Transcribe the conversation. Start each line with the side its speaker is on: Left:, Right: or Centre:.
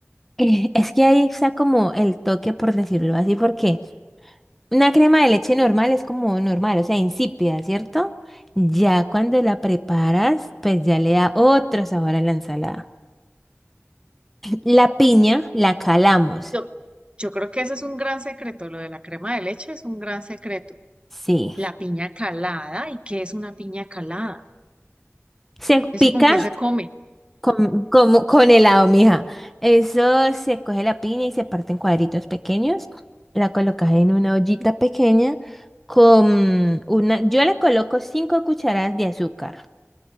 Centre: eh, es que ahí está como el toque, por decirlo así, porque una crema de leche normal es como normal, o sea, insípida, ¿cierto? Ya cuando la preparas, pues ya le da otro sabor a la ensalada. La piña la calamos,
Right: Yo, yo creo que ese es un gran secreto, lo de la crema de leche es un gran secreto.
Centre: sí.
Right: La piña calada, ¿y qué es una piña calada?
Centre: Se
Right: ¿Eso
Centre: pica
Right: con qué se come?
Centre: con, como con helado, mija. Eso se coge la piña y se parte en cuadritos pequeños. La colocas en una ollita pequeña con una... Yo le coloco cinco cucharadas de azúcar.